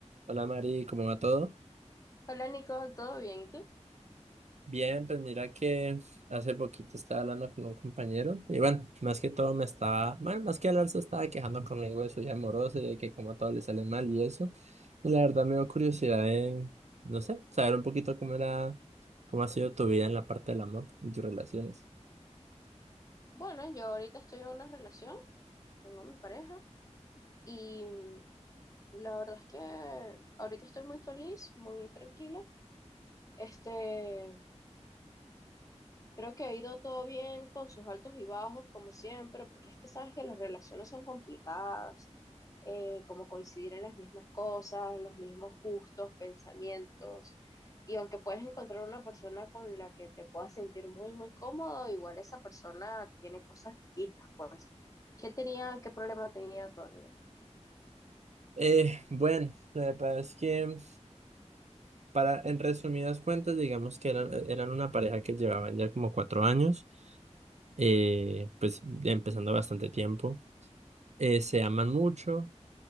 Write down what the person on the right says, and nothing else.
Hola Mari, ¿cómo va todo?
Bien, pues mira que hace poquito estaba hablando con un compañero y bueno, más que todo me estaba, bueno, más que hablar se estaba quejando conmigo de su vida amorosa y de que como a todo le sale mal y eso. Y la verdad me dio curiosidad de, no sé, saber un poquito cómo era, cómo ha sido tu vida en la parte del amor y tus relaciones.
Eh, bueno, la verdad es que para, en resumidas cuentas, digamos que eran, eran una pareja que llevaban ya como cuatro años, eh, pues empezando bastante tiempo. eh, se aman mucho,